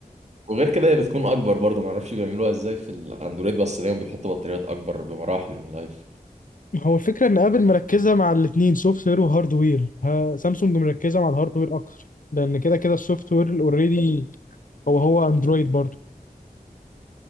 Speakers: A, on the right; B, on the left.
A: وغير كده هي بتكون اكبر برضه ما اعرفش بيعملوها ازاي في الاندرويد بس دايما بيحطوا بطاريات اكبر بمراحل من الايفون
B: هو الفكره ان ابل مركزه مع الاثنين سوفت وير وهاردوير ها- سامسونج مركزه مع الهاردوير اكتر لان كده كده السوفت وير اوريدي هو هو اندرويد برضه